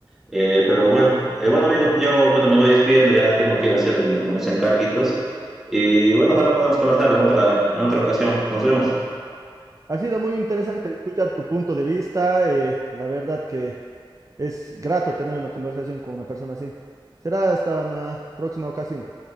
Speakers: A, in the centre; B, on the right.
A: Eh, pero bueno, eh, bueno amigo, yo bueno, me voy despidiendo, ya tengo que ir a hacer unos, unos encarguitos y bueno, ojalá podamos conversar en otra, en otra ocasión. Nos vemos.
B: Ha sido muy interesante escuchar tu punto de vista. eh, la verdad que es grato tener una conversación con una persona así. Será hasta una próxima ocasión.